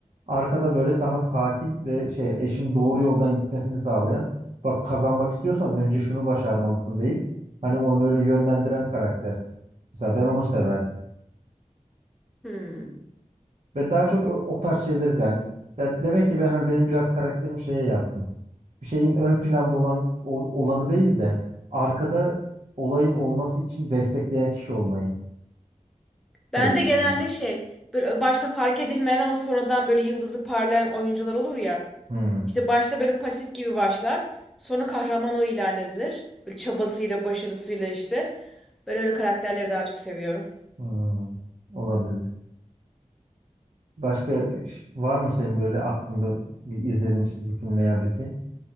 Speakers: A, on the right (about 55°); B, in the centre.
A: Arkada böyle daha sakin ve şey eşin doğru yoldan gitmesini sağlayan. Bak kazanmak istiyorsan önce şunu başarmalısın deyip hani onu böyle yönlendiren karakter. Mesela ben onu severdim.
B: Hmm.
A: Ve daha çok o, o tarz şeyleri yani ya demek ki ben hani benim biraz karakterim şeye yatkın. Bir şeyin ön planda olan ol- olanı değil de arkada olayın olması için destekleyen kişi olmayı
B: Ben
A: seviyorum.
B: de genelde şey böyle başta fark edilmeyen ama sonradan böyle yıldızı parlayan oyuncular olur ya.
A: Hmm.
B: İşte başta böyle pasif gibi başlar. Sonra kahraman o ilan edilir. Böyle çabasıyla, başarısıyla işte. Ben öyle karakterleri daha çok seviyorum.
A: Hmm. Olabilir. Başka ş- var mı senin böyle aklında bir izlediğin çizgi film veya bir film?